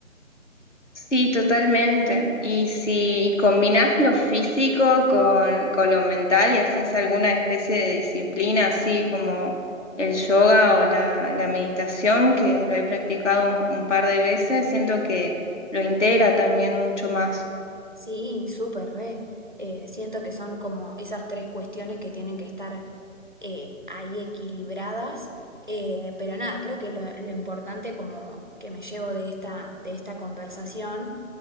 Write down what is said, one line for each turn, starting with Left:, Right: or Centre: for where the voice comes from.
Left: Sí, totalmente. Y si combinás lo físico con, con lo mental y haces alguna especie de disciplina, así como el yoga o la, la meditación, que lo he practicado un, un par de veces, siento que lo integra también mucho más.
Right: Sí, súper re. Eh, siento que son como esas tres cuestiones que tienen que estar eh, ahí equilibradas. Eh, pero nada, creo que lo, lo importante como que me llevo de esta, de esta conversación